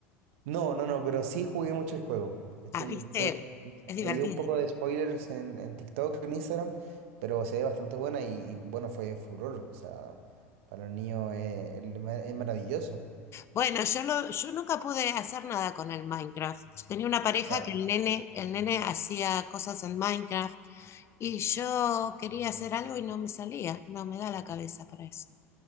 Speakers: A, on the right; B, on the left.
A: No, no, no, pero sí jugué mucho el juego. Estoy,
B: Ah, viste,
A: pero
B: es divertido.
A: me dio un poco de spoilers en, en TikTok, en Instagram, pero se ve bastante buena y, y, bueno, fue furor. O sea, para los niños es, es ma- es maravilloso.
B: Bueno, yo lo, yo nunca pude hacer nada con el Minecraft. Yo tenía una pareja
A: Ya.
B: que el nene, el nene hacía cosas en Minecraft y yo quería hacer algo y no me salía, no me da la cabeza para eso.